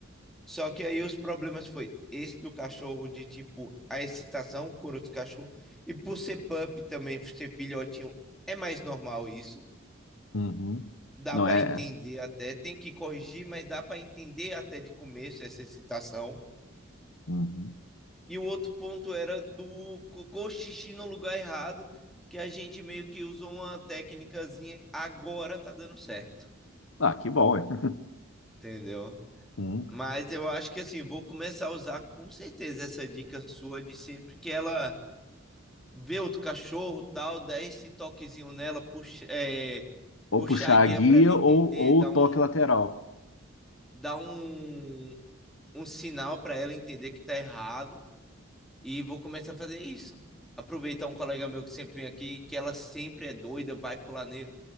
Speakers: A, in the centre; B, on the left.
A: Só que aí os problemas foi esse do cachorro, de tipo, a excitação com os cachorros, e por ser pup também, ser filhotinho, é mais normal isso.
B: Uhum.
A: Dá
B: Não
A: para
B: é?
A: entender
B: é.
A: até, tem que corrigir, mas dá para entender até de começo essa excitação.
B: Uhum.
A: E o outro ponto era do cocô xixi no lugar errado, que a gente meio que usou uma técnicazinha, agora tá dando certo.
B: Ah, que bom, hein? <laughs>
A: Entendeu?
B: Uhum.
A: Mas eu acho que assim, vou começar a usar com certeza essa dica sua de sempre que ela vê outro cachorro, tal, dá esse toquezinho nela, puxa, é, puxar
B: Ou puxar
A: a guia
B: a guia
A: para ela entender,
B: ou, ou
A: dá
B: o
A: um,
B: toque lateral.
A: dá um, um sinal para ela entender que tá errado e vou começar a fazer isso. Aproveitar um colega meu que sempre vem aqui, que ela sempre é doida, vai pular nele,